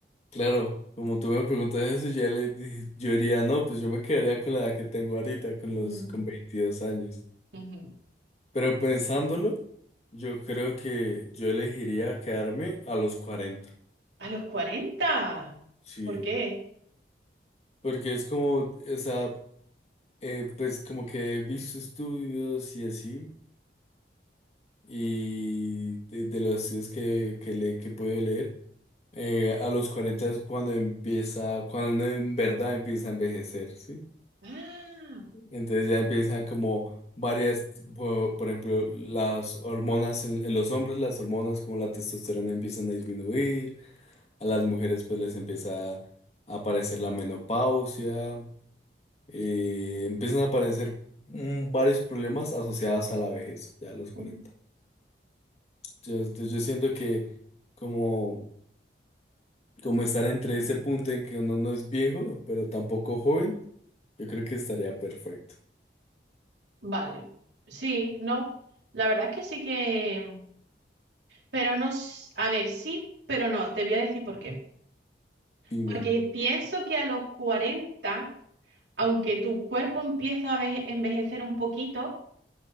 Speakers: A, on the left; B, on the right.
A: claro, como tú me preguntas eso, ya le, di- yo diría, no, pues yo me quedaría con la edad que tengo ahorita, con
B: Mm,
A: los, con 22 años.
B: ujú.
A: Pero pensándolo, yo creo que yo elegiría quedarme a los cuarenta
B: A los cuarenta
A: Sí,
B: ¿Por qué?
A: porque es como, o sea, eh, pues como que he visto estudios y así, y de, de los estudios que, que, le, que puedo leer, eh, a los 40 es cuando empieza, cuando uno en verdad empieza a envejecer, ¿sí?
B: Ah,
A: Entonces ya empiezan como varias, po- por, ejemplo, las hormonas en, en los hombres, las hormonas como la testosterona empiezan a disminuir, a las mujeres pues les empieza a aparecer la menopausia, eh, empiezan a aparecer mm, varios problemas asociados a la vejez, ya a los 40.
B: ujú.
A: Yo, entonces yo siento que como, como estar entre ese punto en que uno no es viejo, pero tampoco joven, yo creo que estaría perfecto.
B: vale. Sí, no. La verdad es que sí que... Pero no, s- a ver, sí, pero no, te voy a decir por qué.
A: Dime.
B: Porque pienso que a los cuarenta aunque tu cuerpo empieza a veje- envejecer un poquito,